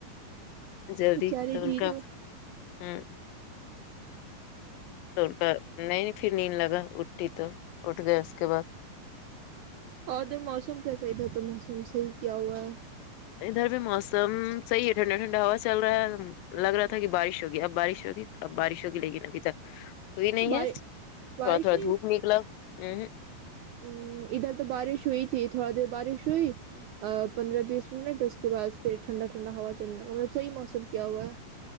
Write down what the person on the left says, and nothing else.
جلدی
تو ان
کا ھم تو پھر نہیں پھر نیند لگا اٹٹی تو اٹھ گیا اس کے بعد
ادھر بھی موسم صحیح ہے ٹھنڈا ٹھنڈا ہوا چل رہا ہے لگ رہا تھا کہ بارش ہوگی اب بارش ہوگی اب بارش ہوگی لیکن ابھی تک کوئی نہیں
ہے تھوڑا
تھوڑا دھوپ نکلا ہممم